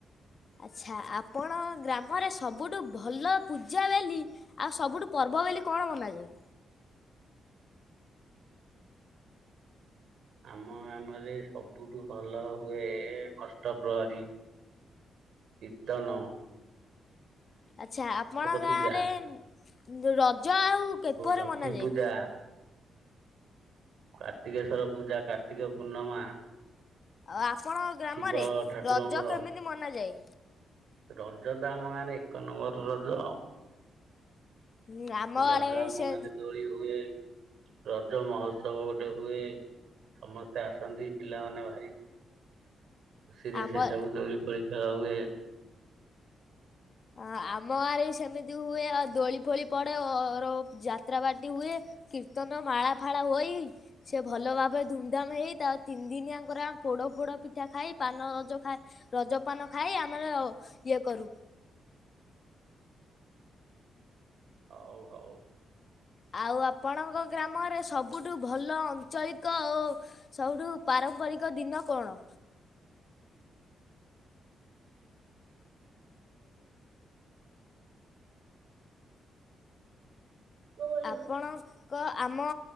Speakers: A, on the left (about 35°); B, on the right (about 70°).
A: ଆଚ୍ଛା ଆପଣ ଗ୍ରାମରେ ସବୁଠୁ ଭଲ ପୂଜା ବାଲି ଆଉ ସବୁଠୁ ପର୍ବ ବୋଲି କଣ ମନାଯାଏ?
B: ଆମ ଗ୍ରାମରେ ସବୁଠୁ ଭଲ ହୁଏ, ଅଷ୍ଟପ୍ରହରୀ। ଇତନ।
A: ଆଚ୍ଛା ଆପଣ ଗାଁରେ
B: ପୂଜା
A: ରଜ ଆଉ କେପରି
B: ଲକ୍ଷ୍ମୀ
A: ମନାଯାଏ?
B: ପୂଜା କାର୍ତ୍ତିକେଶ୍ୱର ପୂଜା କାର୍ତ୍ତିକ ପୂର୍ଣ୍ଣମା।
A: ଆଉ ଆପଣଙ୍କ ଗ୍ରାମରେ
B: ଶିବ ଠାକୁରଙ୍କର
A: ରଜ କେମିତି ମନାଯାଏ?
B: ରଜ ତ ଆମ ମାନେ ଏକ ନମ୍ବର ରଜ ଆଉ।
A: ଉଁ, ଆମ
B: ରଜ
A: ଆଡ଼େ
B: ଆମ
A: ସେ
B: ଗାଁରେ ଦୋଳି ହୁଏ। ରଜ ମହୋତ୍ସବ ଗୋଟେ ହୁଏ ସମସ୍ତେ ଆସନ୍ତି ପିଲାମାନେ ଭାରି ଖୁସିରେ
A: ଆମ
B: ସେ ସବୁ ଦୋଳି ଫୋଳି ଖେଳ ହୁଏ।
A: ଆ ଆମ ଗାଁରେ ବି ସେମିତି ହୁଏ ଆଉ ଦୋଳି ଫୋଳି ପଡେ ଅ ଅରୋଫ ଯାତ୍ରା ବାଟି ହୁଏ। କୀର୍ତ୍ତନ ମାଳା ଫାଳା ହୋଇ ସେ ଭଲ ଭାବରେ ଧୁମଧାମ ହେଇ ତା ତିନି ଦିନି ଆଙ୍କର ପୋଡ ପୋଡ ପିଠା ଖାଇ ପାନ ରଜ ଖାଏ ରଜପାନ ଖାଇ ଆମର ଇଏ କରୁ।
B: ହଉ ହଉ।
A: ଆଉ ଆପଣଙ୍କ ଗ୍ରାମରେ ସବୁଠୁ ଭଲ ଅଞ୍ଚଳିକ ଓ ସବୁଠୁ ପାରମ୍ପରିକ ଦିନ କଣ?
B: ହଉ
A: ଆପଣଙ୍କ ଆମ